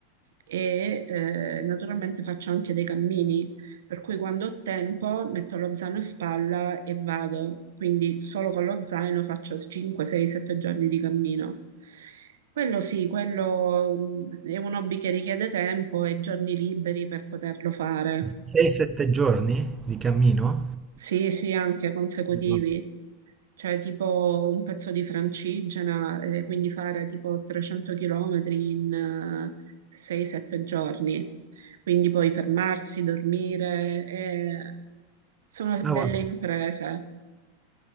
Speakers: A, on the right (about 80°); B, on the right (about 20°).
A: e, eh, naturalmente faccio anche dei cammini, per cui quando ho tempo metto lo zaino in spalla e vado, quindi solo con lo zaino faccio 5, 6, 7 giorni di cammino. Quello sì, quello mm, è un hobby che richiede tempo e giorni liberi per poterlo fare.
B: 6-7 giorni di cammino?
A: Sì, sì, anche consecutivi
B: No,
A: cioè tipo un pezzo di Francigena, eh, quindi fare tipo 300 km in 6-7 giorni. Quindi poi fermarsi, dormire, eh, sono
B: guarda.
A: belle imprese.